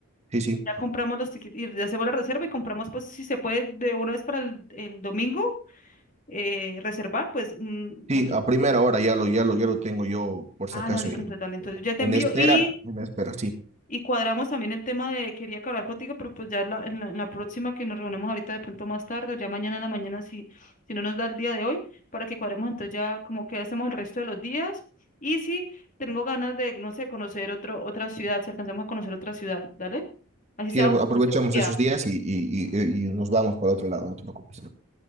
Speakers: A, on the right; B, on the left.
A: Sí, sí.
B: Ya compramos los tickets y ya hacemos la reserva y compramos pues si se puede de una vez para el, el domingo eh, reservar pues un,
A: Sí,
B: un-
A: a primera hora ya lo, ya lo, ya lo tengo yo, por
B: ah
A: si acaso,
B: no listo
A: en
B: entonces dale entonces ya te
A: en
B: envío
A: espera,
B: y
A: en espera, sí.
B: Y cuadramos también el tema de, quería que hablar contigo, pero pues ya la- en la, en la próxima que nos reunamos ahorita de pronto más tarde, o ya mañana en la mañana, si, si no nos da el día de hoy, para que cuadremos entonces ya como que hacemos el resto de los días. Y si tengo ganas de, no sé, conocer otro, otra ciudad, si alcanzamos a conocer otra ciudad, ¿dale? Así
A: Sí,
B: sea
A: apro-
B: un,
A: aprovechamos
B: un día.
A: esos días y, y- y- y nos vamos para otro lado, no te preocupes.